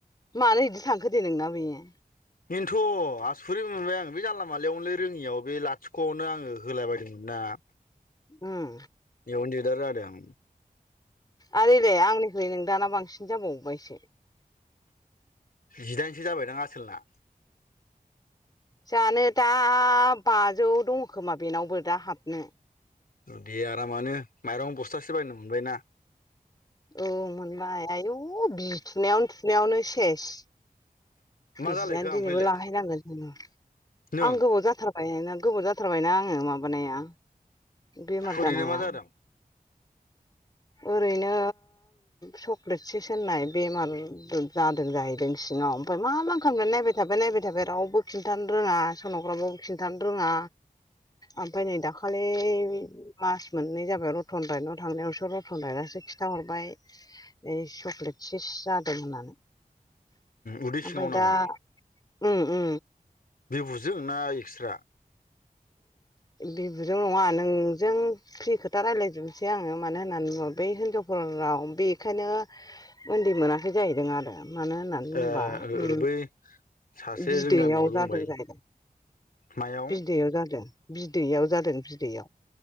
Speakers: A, on the left (about 25°); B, on the left (about 70°).
A: मानो इदि थांखो दे नोंना बेयो?
B: बेनोथ' आसरिट मोनबाय आं बे जानला मोनलायावनोलै रोङियाव बे लाथिख'आवनो आङो होलाबायदोंमोन ना।
A: उम।
B: बेयावनो दिगदार जादों।
A: आरो इलाय आंनिखुइ नोंदाना बांसिन जाबावबायसो।
B: जिदाइनसो जाबायदां आसोलना?
A: जानो दा बाजौ दं खोमा बेनावबो दा हाबनो।
B: दे आरामानो माइरं बस्थासे बायनो मोनबायना।
A: औ मोनबाय आयु बिजि थुनायावनो थुनायावनो सेस। बिजियानो
B: मा जालायखो
A: दिनैबो
B: ओमफ्रायलाय
A: लाहैनांगोनसोनो
B: नों
A: आं गोबाव जाथार बायना गोबाव जाथारबायना आङो माबानाया बेमार
B: ओरैनो
A: जानाया
B: मा जादों
A: ओरैनो चक्लेट सिस होननाय बेमार। जादों जाहैदों सिङाव ओमफ्राय मा मा खामनो नायबाय थाबाय नायबाय थाबाय रावबो खिन्थानो रोङा सन'ग्राबाव खिन्थानो रोङा आमफ्राय नै दाखालि मास मोननै जाबाय रतन - थांनायावसो रतन दानानैसो खिथाहरबाय। ओइ चक्लेट सेस जादों होननानै।
B: उदै
A: आमफाय
B: सिङाव नामा
A: दा ओ ओ।
B: बेबुजों ना एक्सट्रा?
A: बिबुजों नङा नोंजों। फ्रि खोथा रायलायजोबनोसै आङो मानो होननानै बै हिनजावफोरा बेखोनो। ओन्दै मोनाखै जायैदों आरो। मानो होननानै बुङोबा
B: ओ
A: ओ
B: बै सासे
A: बिदैयाव
B: जों गामियाव दंबाय
A: जादों जाहैदों।
B: मायाव।
A: दैयाव जादों बिदैयाव जादों बिदैयाव